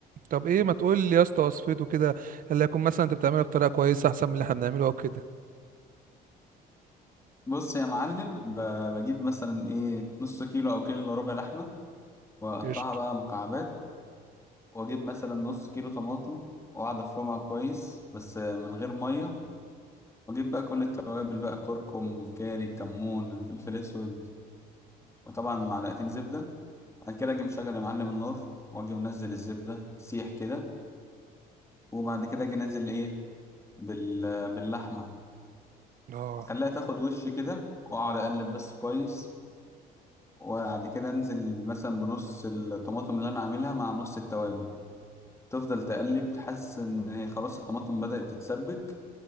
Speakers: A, on the right; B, on the left.
A: طب ايه ما تقول لي يا اسطى وصفته كده اللي يكون مثلا انت بتعملها بطريقة كويسة احسن من اللي احنا بنعمله او كده
B: بص يا معلم ب- بجيب مثلا ايه نص كيلو او كيلو الا ربع لحمة واقطعها
A: قشطة
B: بقى مكعبات واجيب مثلا نص كيلو طماطم واقعد افرمها كويس بس من غير مية واجيب بقى كل التوابل بقى كركم الكاري الكمون الفلفل الاسود وطبعا معلقتين زبدة بعد كده اجي مشغل يا معلم النار واجي منزل الزبدة تسيح كده وبعد كده اجي انزل ايه بال... باللحمة
A: اه
B: وأخليها تاخد وش كده وأقعد أقلب بس كويس وبعد كده أنزل مثلا بنص الطماطم اللي أنا عاملها مع نص التوابل تفضل تقلب تحس إن هي خلاص الطماطم بدأت تتسبك